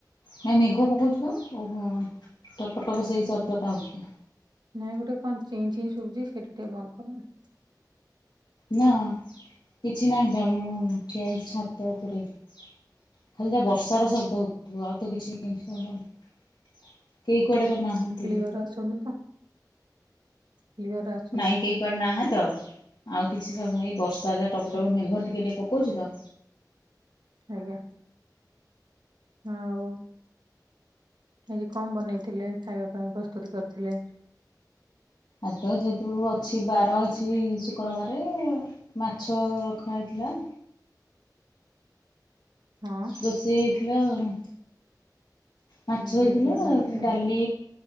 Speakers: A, on the left; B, on the right.
A: ନା ମେଘପକଉଛିବା, ଓ ଟପଟପ ସେଇ ଶବ୍ଦ ଟାଁଛ
B: ନାଇଁ ଗୋଟେ କଣ ଚିଇଁ ଚିଇଁ ସୁବୁଜି ସେଇଟା ଟିକେ ବନ୍ଦ କରନି।
A: ନା କିଛି ନାହିଁ ତ ମୁଁ ଆ ଛାତ ଉପରେ ଖାଲି ଯାହା ବର୍ଷାର ଶବ୍ଦ ହଉଥିବ, ଆଉ ତ କିଛି ଜିନିଷ ହେଲଣିି। କେହି କୁଆଡେ ତ ନାହାନ୍ତିି।
B: କ୍ଲିୟର ଆସୁନି ତ କ୍ଲିୟର ଆସୁନି।
A: ନାଇଁ କେହି କରି ନାହା ତ, ଆଉ କିଛି ସବୁଁ ବର୍ଷା ଯାହା ଟପଟପ
B: ଆଚ୍ଛା
A: ମେଘ ଟିକେ ଟ ପକଉଛି ତ।
B: ଆଜ୍ଞା। ହଁ। ଏଜି କମ ବନେଇଥିଲେ ଖାଇବା ପାଇଁ ପ୍ରସ୍ତୁତ କରିଥିଲେ?
A: ଆଉ ତ ଯହେତୁ ଅଛି ବାର ଅଛି ଶୁକ୍ରବାର ମାଛ ରଖା ହେଇ ଥିଲା।
B: ହଁ
A: ରୋଷେଇ ହେଇଥିଲା ଆଉ। ମାଛ
B: ବହୁତ
A: ହେଇଥିଲା
B: ବଢିଆ କଥା
A: ଡାଲି
B: ଆଉ